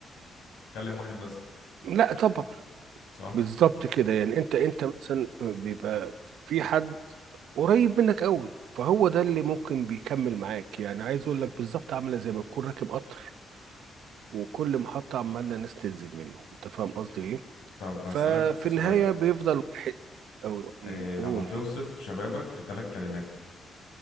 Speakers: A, on the left; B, on the right.
A: تكلم واحد بس
B: لا طبعا
A: صح
B: بالظبط كده يعني انت انت مثلا بيبقى في حد قريب منك قوي فهو ده اللي ممكن بيكمل معاك يعني عايز اقول لك بالظبط عامله زي ما تكون راكب قطر وكل محطه عمالنا ناس تنزل منه انت فاهم قصدي ايه
A: طب بسألك
B: ففي
A: سؤال
B: النهايه بيفضل واحد او اتنين
A: إيه لو
B: قول
A: هتوصف شبابك في ثلاث كلمات